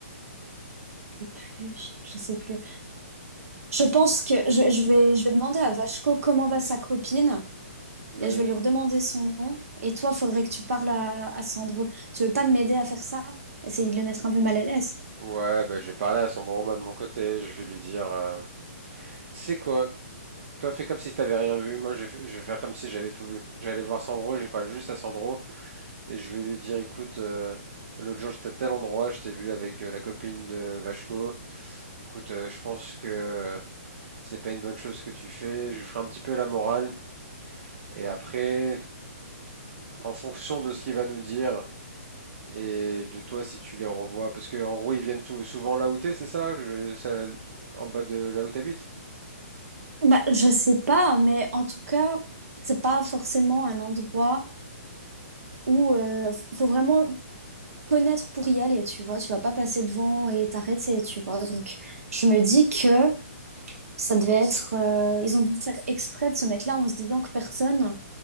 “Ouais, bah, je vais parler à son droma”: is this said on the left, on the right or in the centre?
Right